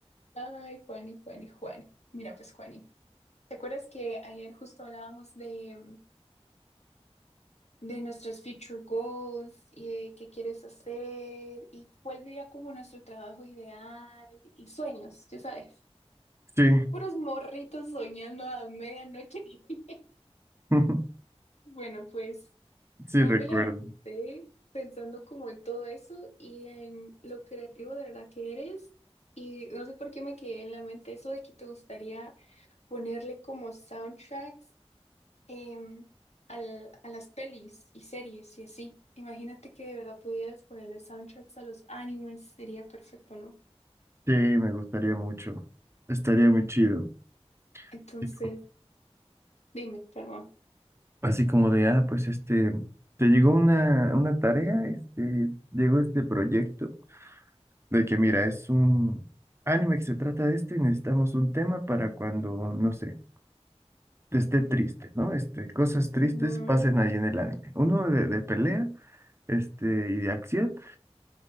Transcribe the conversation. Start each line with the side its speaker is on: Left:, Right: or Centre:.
Left: Ay, Juani, Juani, Juani. Mira, pues, Juani, ¿te acuerdas que ayer justo hablábamos de, mm, de nuestros future goals y de qué quieres hacer y cuál sería como nuestro trabajo ideal y sueños, ya sabes?
Right: sí,
Left: Puros morritos soñando a medianoche. <laughs>
Right: <laughs>
Left: Bueno, pues.
Right: sí
Left: Hoy
Right: recuerdo.
Left: me levanté pensando como en todo eso y en lo creativo de verdad que eres. Y no sé por qué me quedé en la mente eso de que te gustaría ponerle como soundtracks em, al- a las pelis y series y así. Imagínate que de verdad pudieras ponerle soundtracks a los animes, sería perfecto, ¿no?
Right: Sí, me gustaría mucho. Estaría muy chido.
Left: Entonces,
Right: Así co-
Left: dime, perdón.
Right: así como de, ah, pues este, te llegó una, una tarea, este, llegó este proyecto de que mira, es un anime que se trata de esto y necesitamos un tema para cuando, no sé, esté triste, ¿no? Este, cosas tristes
Left: Ujú,
Right: pasen ahí en el anime. Uno de, de pelea, este, y de acción